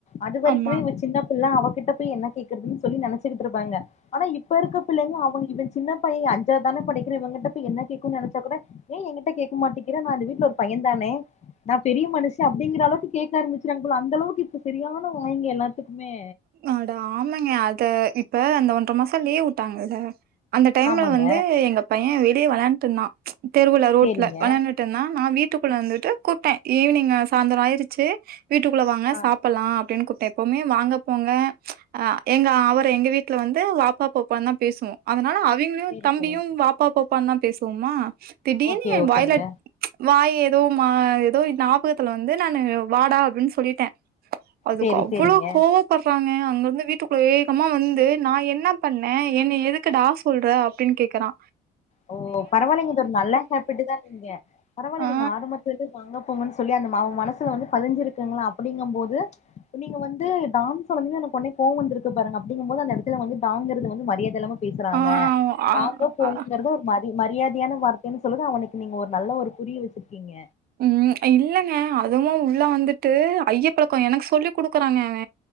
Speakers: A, on the left (about 40°); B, on the right (about 65°).
A: அது வரைக்குமே
B: அம்மா
A: இவ சின்ன பிள்ள அவகிட்ட போய் என்ன கேக்கறதுன்னு சொல்லி நெனச்சுக்கிட்டு இருப்பாங்க ஆனா இப்ப இருக்க பிள்ளைங்க அவங்க இவ சின்ன பைய அஞ்சாவுதானே படிக்கிறா இவங்கிட்ட போய் என்ன கேக்குன்னு நெனச்சாக்கூட ஏ எகிட்ட கேக்க மாட்டேங்குறே நா இந்த வீட்டுல ஒரு பைய தானே நா பெரிய மனுஷு அப்டிங்கிற அளவுக்கு கேக்க ஆரம்பிச்சுறுவாங்க போல அந்த அளவுக்கு இப்ப சரியான வாய்ங்க எல்லாத்துக்குமே
B: அட ஆமாங்க அது இப்ப அந்த ஒன்ற மாச லீவ் வுட்டாங்கல்ல அந்த டைம்ல
A: ஆமாங்க
B: வந்து எங்க பைய வெளியே வெளயாண்டு இருந்தா தெருவுல ரோட்ல
A: சேரிங்க
B: வெளையாண் டுந்தா நா வீட்டுக்குள்ள இருந்துட்டு கூப்ட்டே ஈவினிங் சாய்ந்தரோ ஆயிருச்சு வீட்டுக்குள்ள வாங்க
A: ஆ
B: சாப்பலா அப்படின்னு கூப்ட்ட எப்பவுமே வாங்க போங்க அ எங்க அவரை எங்க வீட்ல வந்து வாப்பா போப்பன்னு தா பேசுவோ அதனால அவிங்களு
A: சேரி
B: தம்பியு
A: சேரி
B: வாப்பா போப்பனூதா பேசுவோமா திடீனு
A: ஓகே
B: ஏ
A: ஓகேங்க
B: வாய்ல வாய் ஏதோ மா ஏதோ ஞாபகத்துல வந்து நான்னு வாடா அப்டின்னு சொல்லிட்டே அதுக்கு
A: சேரி
B: அவ்ளோ
A: சேரிங்க
B: கோவ படுறாங்க அங்கிருந்து வீட்டுக்குள்ள வேகமா வந்து நா என்ன பண்ணே என்ன எதுக்கு டா சொல்ற அப்படின்னு கேக்க க்கரா
A: ஓ பரவாயில்லைங்க இது ஒரு நல்ல ஹாப்பிட்டு தாங்க நீங்க பரவால்ல
B: ஆ
A: நீங்க ஆரம்ப வாங்க போங்கன்னு சொல்லி அந்த மா மனசுல வந்து பதிஞ்சிருக்குங்க அப்படிங்கும் போது நீங்க வந்து டான்னு சொன்னதுமே அவனுக்கு ஒடனே கோவ வந்திருக்கு பாருங்க அப்படிங்கும்போது அந்த எடத்துல வந்து டா ங்கரது வந்து மரியாத இல்லாம பேசுறாங்க
B: ஆ ஆ
A: வாங்க போங்க
B: ஆ
A: மரி மரியாதையான வார்த்தைன்னு சொல்லுது அவனுக்கு நீங்க ஒரு நல்ல ஒரு புரிய வச்சிருக்கீங்க
B: ம் இல்லங்க அதுவு உள்ள வந்துட்டு ஐயப் எனக்கு சொல்லி குடுக்கறாங்க அவ